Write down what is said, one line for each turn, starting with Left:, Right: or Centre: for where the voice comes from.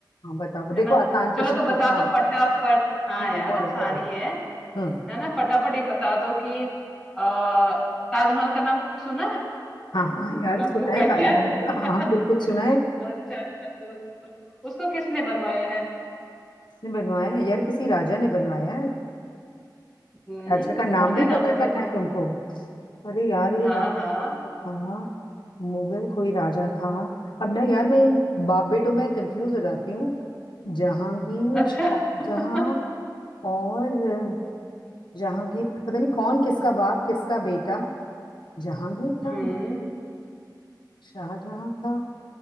Left: हाँ, बताओ
Centre: है
Left: देखो
Centre: ना
Left: आसान क्वेश्चन
Centre: चलो तो बता
Left: पूछना
Centre: दो फटाफट हाँ
Left: हम्म,
Centre: यार
Left: बोलो
Centre: आसानी
Left: बोलो
Centre: है
Left: हम्म
Centre: है ना फटाफट ये बता दो कि आ, ताजमहल का नाम सुना है
Left: हाँ हाँ यार
Centre: सुना
Left: सुना
Centre: तो होगा
Left: है ताजमहल
Centre: ही यार
Left: का।
Centre: <laughs>
Left: हाँ हाँ बिल्कुल सुना है
Centre: अच्छा अच्छा चलो उसको किसने बनवाया है
Left: किसने बनवाया है? यार किसी राजा ने बनवाया है
Centre: हम्म
Left: राजा का
Centre: तो
Left: नाम
Centre: कौन
Left: भी
Centre: है
Left: पता
Centre: नाम बता
Left: करना
Centre: दो
Left: है तुमको अरे यार ये
Centre: हाँ
Left: राजा
Centre: हाँ
Left: कौन सा था मुगल कोई राजा था अब ना यार मैं इन बाप बेटों में कंफ्यूज हो जाती हूँ जहांगीर
Centre: अच्छा
Left: शाहजहां
Centre: <laughs>
Left: और जहांगीर पता नहीं कौन किसका बाप किसका बेटा जहांगीर
Centre: हम्म
Left: था शाहजहां था